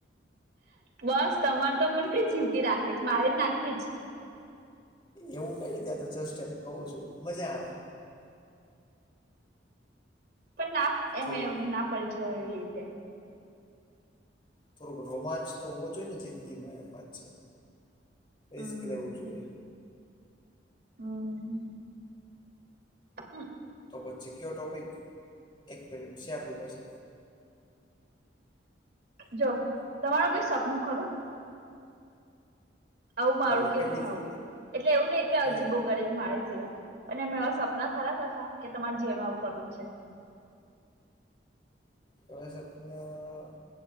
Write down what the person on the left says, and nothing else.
એવું કઈ ને ત્યાં તો જસ્ટ એમ કું છું મજા આવે.
થોડુંક
થોડોક રોમાંચ તો હોવો જોઈએ ને જિંદગીમાં એમ વાત છે
રસ લેવું જોઈએ.
તો પછી કયો ટોપિક એક મિનિટ છે આપણી પાસે
એટલે
કઈ રીતે
કઈ
તોસપણા